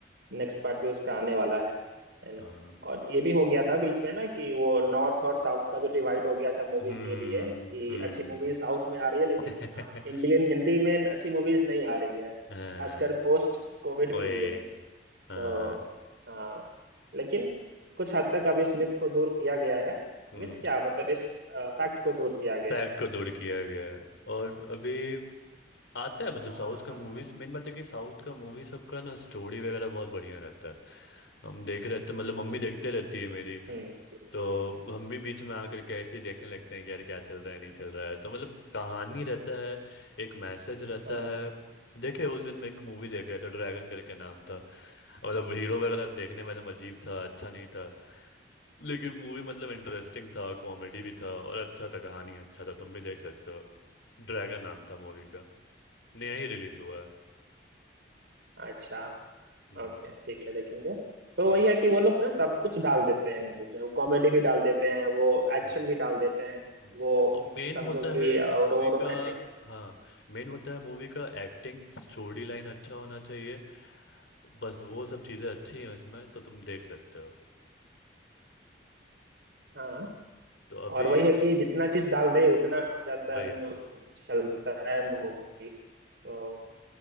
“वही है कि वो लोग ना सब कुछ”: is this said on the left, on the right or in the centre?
Right